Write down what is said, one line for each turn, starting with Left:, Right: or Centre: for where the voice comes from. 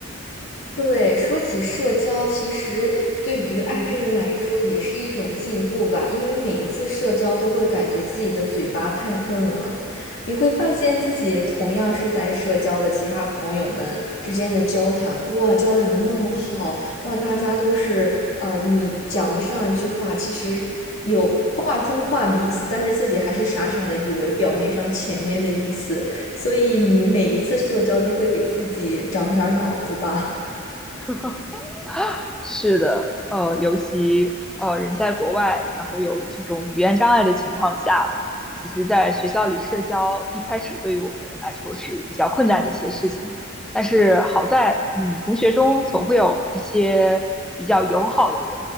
Left: 对，说起社交，其实对于爱人来说也是一种进步吧，
Centre: 嗯，
Left: 因为每一次社交都会感觉自己的嘴巴太笨了，你会发现自己同样是在社交的其他朋友们之间的交谈，哇，交谈的那么好，哇，大家都是呃，你讲了上一句话，其实有话中话的意思，但是自己还是傻傻的以为表面上前面的意思，所以你每一次社交都会给自己长点儿脑子吧。
Centre: <laughs> 是的，呃，尤其呃人在国外，然后有这种语言障碍的情况下，其实在学校里社交一开始对于我们来说是比较困难的一些事情。但是好在，嗯，同学中总会有一些比较友好的人，